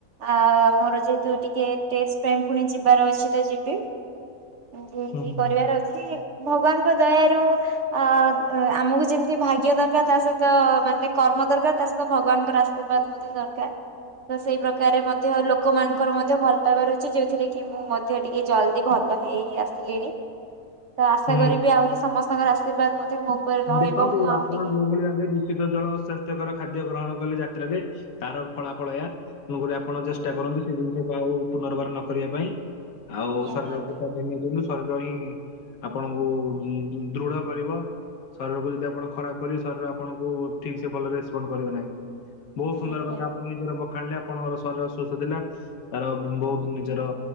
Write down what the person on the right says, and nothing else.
ଆ ମୋର ଯେହେତୁ ଟିକେ ଟେଷ୍ଟ୍ ପାଇଁ ପୁଣି ଯିବାର ଅଛି ତ ଯିବି। ଡ୍ୟୁଟି
କରିବାର ଅଛି, ଭଗବାନଙ୍କ ଦୟାରୁ ଆ-ଆମକୁ ଯେମତି ଭାଗ୍ୟ ଦରକାର, ତା ସହିତ ମାନେ କର୍ମ ଦରକାର, ତା ସହିତ ଭଗବାନଙ୍କର ଆଶୀର୍ବାଦ ମଧ୍ୟ ଦରକାର। ତ ସେଇ ପ୍ରକାରରେ ମଧ୍ୟ ଲୋକମାନଙ୍କର ମଧ୍ୟ ଭଲ ପାଇବା ରହିଛି। ଯୋଉଥିରେ କି ମୁଁ ମଧ୍ୟ ଟିକେ ଜଲଦି ଭଲ ହେଇ ଆସିଲିଣି ତ ଆଶା
କରିବି ଆହୁରି ସମସ୍ତଙ୍କର ଆଶୀର୍ବାଦ ମଧ୍ୟ ମୋ ଉପରେ ରହିବ
ମୁଁ ଆଉ
ଟିକେ
ଆଜ୍ଞା
ନିହାତି
ଭାବେ
ଆଜ୍ଞା